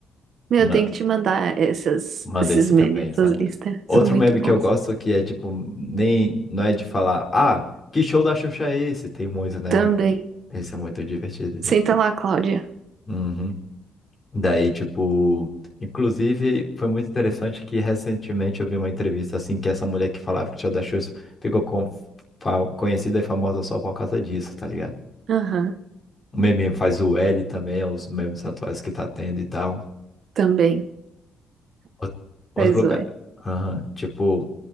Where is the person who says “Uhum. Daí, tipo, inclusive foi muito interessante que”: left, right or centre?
Left